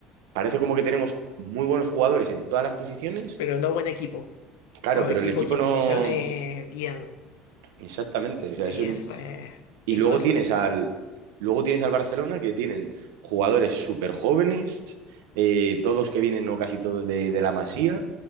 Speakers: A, on the right; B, on the left.
A: parece como que tenemos muy buenos jugadores en todas las posiciones,
B: pero no buen equipo.
A: claro,
B: O
A: pero
B: equipo
A: el equipo
B: que
A: no...
B: funcione bien.
A: Exactamente,
B: Si
A: o sea, es un
B: eso es, eso
A: Y luego
B: es
A: tienes
B: lo que te
A: al,
B: sirve.
A: luego tienes al Barcelona que tienen jugadores súper jóvenes, eh, todos que vienen o casi todos de, de la Masía